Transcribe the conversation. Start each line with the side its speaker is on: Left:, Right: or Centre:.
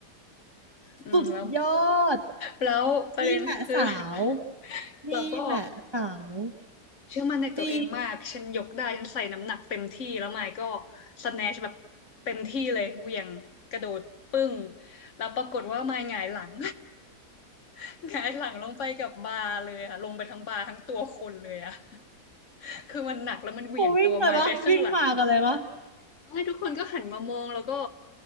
Left: อืมแล้ว
Right: สุดยอด
Left: แล้วประเด็นคือ
Right: นี่แหละสาว
Left: <laughs>
Right: นี่แหละสาว
Left: เราก็เชื่อมั่นในตัวเองมากฉันยกได้ฉันใส่น้ำหนักเต็มที่แล้วไมค์ก็
Right: จริง
Left: สแนชแบบเต็มที่เลยเหวี่ยงกระโดดปึ้งแล้วปรากฏว่าไมค์หงายหลัง <laughs> หงายหลังลงไปกับบาร์เลยค่ะลงไปทั้งบาร์ทั้งตัวคนเลยอะ <laughs> คือมันหนักแล้วมันเหวี่ยงตัวไมค์ไปข้างหลัง
Right: โหวิ่งเลยวะวิ่งมากันเลยวะ
Left: ไม่ทุกคนก็หันมามองแล้วก็